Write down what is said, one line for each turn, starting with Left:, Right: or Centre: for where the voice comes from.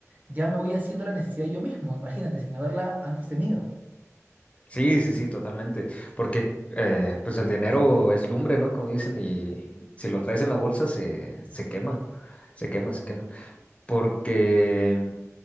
Right: ya me voy haciendo la necesidad yo mismo, imagínate, sin haberla antes tenido.
Left: Sí, sí, sí, totalmente, porque eh, pues el dinero es lumbre, ¿no? Como dicen, y si lo traes en la bolsa se, se quema, se quema, se quema, porque...